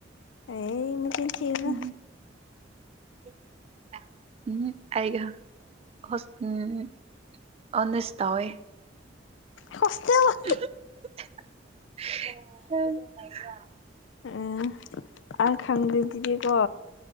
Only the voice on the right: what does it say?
ꯎꯝ <unintelligible> ꯎꯝ ꯑꯩꯒ ꯍ ꯎꯝ ꯑꯣꯟꯅꯁ ꯇꯩꯋꯦ
<unintelligible>